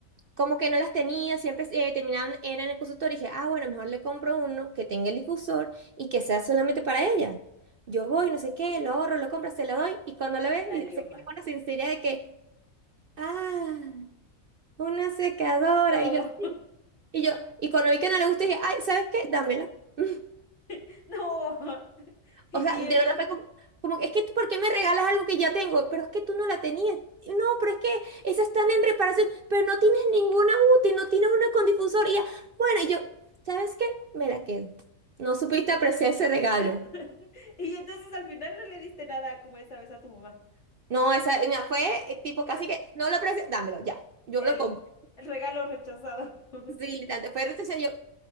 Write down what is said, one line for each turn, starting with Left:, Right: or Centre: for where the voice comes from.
Right: como que no las tenía, siempre eh, terminaban, eran en el consultorio, y dije, ah, bueno, mejor le compro uno que tenga el difusor y que sea solamente para ella. Yo voy, no sé qué, lo ahorro, lo compro, se lo doy, y cuando lo ve,
Left: salió
Right: y se
Left: mal.
Right: queda con la sinceridad de que, ah, una secadora,
Left: No,
Right: y yo, y yo, y cuando vi que no le gustó dije, ay, ¿sabes qué? Dámela. <laughs>
Left: <laughs> no. <laughs> Y,
Right: O sea, de
Left: en-
Right: verdad fue como, como que, es que, tú, ¿por qué me regalas algo que ya tengo? Pero es que tú no la tenías. No, pero es que esas están en reparación, pero no tienes ninguna útil, no tienes una con difusor. Y ya, bueno, y yo, ¿sabes qué? Me la quedo. No supiste apreciar ese regalo.
Left: <laughs> y entonces al final no le diste nada como esa vez a tu mamá.
Right: No, esa, mira, fue eh, tipo
Left: El,
Right: casi que, no lo aprecio, dámelo, ya. Yo
Left: el,
Right: lo compré.
Left: el regalo rechazado. <laughs>
Right: Sí, literalmente, fue retroceder, yo,